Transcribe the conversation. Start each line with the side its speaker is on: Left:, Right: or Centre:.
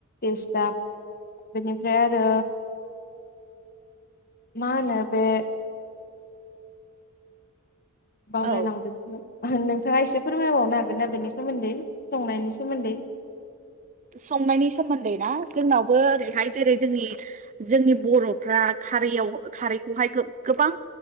Left: टेस्टआ बेनिफ्राय आरो मा होनो बे बावलायलांबायसोमोन
Right: औ
Left: नोंथाङा एसे फोरमायबावनो हागोन ना बेनि सोमोन्दै संनायनि सोमोन्दै
Right: संनायनि सोमोन्दै ना जोंनावबो ओरैहाय जेरै जोंनि जोंनि बर'फ्रा खारैयाव खारैखौहाय गोबां